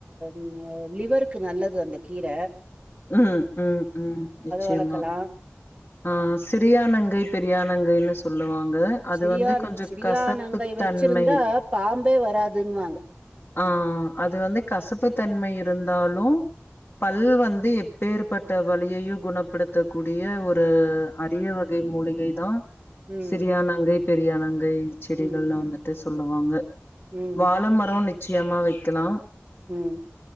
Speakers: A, on the right (about 25°); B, on the left (about 40°).
A: ம் உம் லிவருக்கு நல்லது அந்த கீரை
B: உம் உம் உம் நிச்சயமா
A: வளக்கலா
B: ஆஹ் ஸ் சிறியானங்கை பெரியானங்கைன்னு சொல் சொல்லுவாங்க அது
A: சிரியான்
B: வந்து கொஞ்சம்
A: சிரியானங்கை
B: கசப்பு
A: வச்சிருந்தா
B: தன்மை
A: பாம்பே வராதுன்னுவாங்க
B: ஆஹ் அது வந்து கசப்பு தன்மை இருந்தாலு பல் வந்து எப்பேற்பட்ட வழியையும் குணப்படுத்தக்கூடிய ஒரு அரியவ கை மூலிகை தான்
A: ம்
B: சிரியா நங்கை பெரியானங் கை செடிகள்ல
A: ம் ம்
B: வந்துட்டு சொல்லுவாங்க
A: ம்
B: வாழ மரம் நிச்சயமா வைக்கலாம்
A: உம்